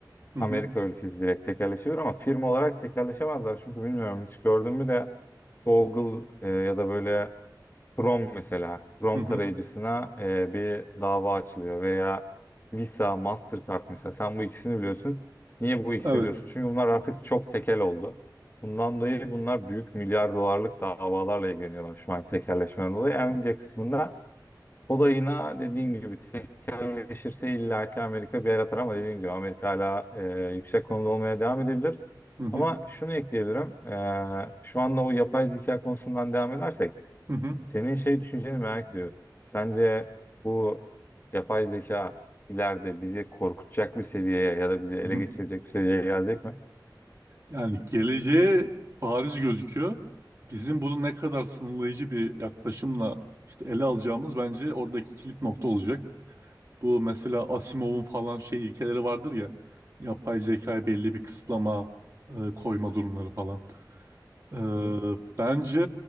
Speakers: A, on the right; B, on the left.
A: Hı hı.
B: Amerika ülkesi direkt tekelleşebilir ama firma olarak tekelleşemezler. Çünkü bilmiyorum hiç gördün mü de Google e, ya da böyle Chrome mesela Chrome
A: Hı hı.
B: tarayıcısına e, bir dava açılıyor veya Visa, Mastercard mesela sen bu ikisini biliyorsun. Niye bu ikisini
A: Evet.
B: biliyorsun? Çünkü bunlar artık çok tekel oldu. Bundan dolayı bunlar büyük milyar dolarlık davalarla ilgileniyorlar şu an tekelleşmeden dolayı. Nvidia kısmında kolayına dediğim gibi tekelleşirse illaki Amerika bir yer atar ama dediğim gibi Amerika hala e, yüksek konumda olmaya devam edebilir.
A: Hı hı.
B: Ama şunu ekleyebilirim. E, şu anda o yapay zeka konusundan devam edersek
A: Hı hı.
B: senin şey düşünceni merak ediyorum. Sence bu yapay zeka ileride bizi korkutacak bir seviyeye ya da bizi ele
A: Hı hı.
B: geçirecek bir seviyeye gelecek mi?
A: Yani geleceğe bariz gözüküyor. Bizim bunu ne kadar sınırlayıcı bir yaklaşımla işte ele alacağımız bence oradaki kilit nokta olacak. Bu mesela Asimov'un falan şey ilkeleri vardır ya. Yapay zekaya belli bir kısıtlama e, koyma durumları falan. E,
B: Hı.
A: bence